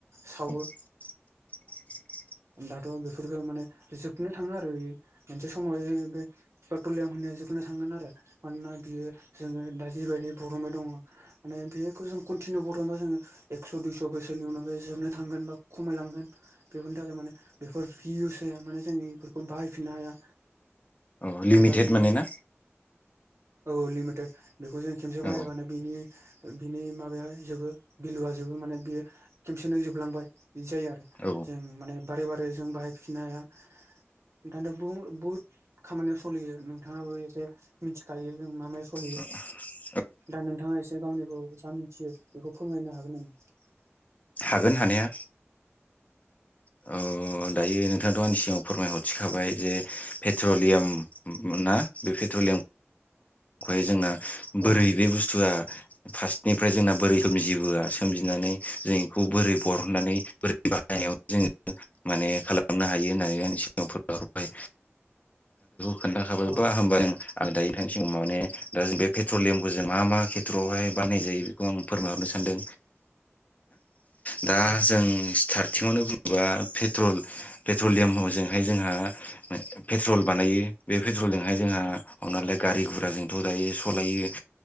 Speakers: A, on the right; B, on the left.
A: सावो
B: <inaudible>
A: दाथ बेफोरफोरखौ माने जोबनो थाङो आरो बे मोनसे समाव बे पेट्रलियाम जोबनो थांगोन आरो मानोना बियो जोङो दा जिबायदि बरनबाय दङ माने बेखौ जों कनतिनिउ बरनबा जोङो एकस' दुइस' बोसोरनि उनाव जोबनो थांगोन बा खमायलांगोन बेफोरनि थाखाय माने बेफोर इउस होया माने जों बेफोरखौ बाहायफिननो हाया।
B: औ लिमिटेड
A: एबा जोङो
B: माने ना?
A: औ लिमिटेड बेखौ जों खेबसे
B: औ
A: बाहायबानो बिनि बिनि माबाया जोबो बिल जोबो माने बेयो खेमसेनो जोबलांबाय बिदि जायो आरो
B: औ औ
A: जों माने बारे बारे जों बाहायफिननो हाया। <unintelligible> बुहुत खामानियाव सलियो नोंथाङाबो एसे मिथिखायो जों मा मायाव सलियो
B: <inaudible>
A: दा नोंथाङा एसे गावनिखौ मिथियो बेखौ फोरमायनो हागोन नामा?
B: हागोन हानाया। औ दायो नोंथाङथ आंनि सिगाङाव फोरमायहरसिखाबाय जे पेट्रलियाम ना बे पेट्रलियाम खौहाय जोंना बोरै
A: औ
B: बे बुस्थुआ फार्स्टनिफ्राय जोंना बोरै सोमजिबोआ सोमजिनानै जों इखौ बोरै बरहननानै बोरै बानायाव जोङो माने खालामनो हायो होननानै आ सिगांफोराय खोन्थाखाबायबा
A: औ
B: हामबा आरो दायो नोंथांनि सिगाव माने दा जों बे पेट्रलियामखौ जों मा मा खेथ्रआवहाय बानाय जायो बेखौ आं फोरमायहरनो सानो सनदों दा
A: औ
B: जों स्टारटिंआवनो बुङोबा पेट्रल पेट्रलियामजोंहाय जोंहा पेट्रल बानायो बे पेट्रलजोंहाय जोंहा हनालाय गारि गुरा जोंथ दायो सालायो